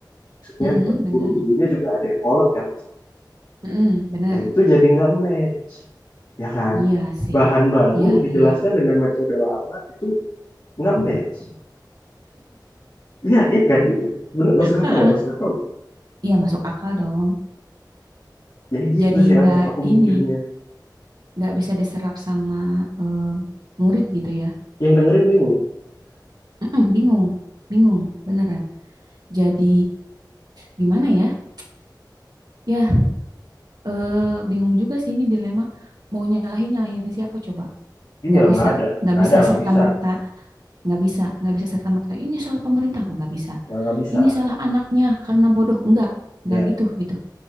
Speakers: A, on the left; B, on the right.
A: maksudnya
B: mm-mm, Benar. benar
A: guru-gurunya
B: iya
A: juga ada yang kolot kan
B: mm mm mm mm benar mm Benar.
A: eh itu jadi nggak match ya kan
B: Iya sih.
A: bahan baru
B: Iya,
A: dijelaskan
B: iya.
A: dengan metode lama itu nggak match ya ya kan Iya. bener masuk akal
B: Heeh,
A: nggak masuk akal nggak?
B: Iya, masuk akal dong.
A: jadi gitu
B: Jadi
A: sih
B: nggak
A: aku aku
B: ini,
A: mikirnya
B: nggak bisa diserap sama eh, murid gitu ya.
A: yang dengerin bingung
B: Mm-mm, Bingung, bingung, beneran. Jadi gimana ya? Ya, eh, bingung juga sih ini dilema. Mau nyalahin, nyalahin siapa coba?
A: iya
B: nggak
A: nggak
B: bisa
A: ada
B: nggak
A: nggak
B: bisa
A: ada nggak
B: serta
A: bisa
B: merta nggak bisa nggak bisa serta merta ini salah pemerintah nggak bisa
A: nggak nggak bisa
B: ini salah anaknya karena bodoh nggak nggak
A: ya
B: gitu gitu